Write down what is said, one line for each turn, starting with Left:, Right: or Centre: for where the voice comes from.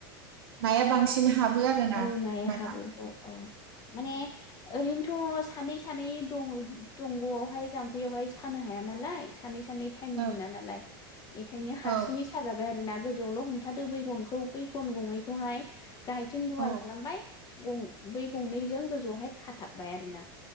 Right: नाया बांसिन हाबो आरोना
Left: औ
Right: ओम
Left: नाया
Right: बाना
Left: हाब्रुखौ औ माने ओरैनोथ सानै सानै दं दंग आवहाय जामफैयावहाय सानो हाया नालाय सानै सा <unintelligible> टाइम
Right: औ
Left: मोना नालाय एखा <unintelligible>
Right: औ
Left: साजाबाय आरो ना गोजौआवल हमथादो बै गनखौ बै गन गंनैखौहाय गाहायथिं गुवार
Right: औ
Left: खालामबाय गं बै गंनैजों गोजौआवहाय खाथाबबाय आरोना